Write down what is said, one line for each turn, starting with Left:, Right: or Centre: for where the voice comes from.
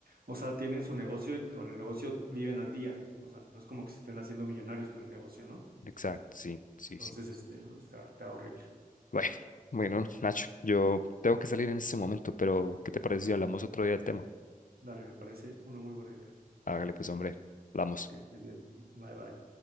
Right: o sea, tienen su negocio y con el negocio viven al día. O sea, no es como que se estén haciendo millonarios con el negocio, ¿no?
Left: exacto, sí, sí,
Right: Entonces,
Left: sí.
Right: este, está, está horrible.
Left: Bueno, <laughs> bueno, Nacho, yo tengo que salir en este momento, pero ¿qué te parece si hablamos otro día del tema?
Right: Dale, me parece una muy buena idea.
Left: Hágale pues, hombre. Hablamos.
Right: Que estés bien. Bye, bye.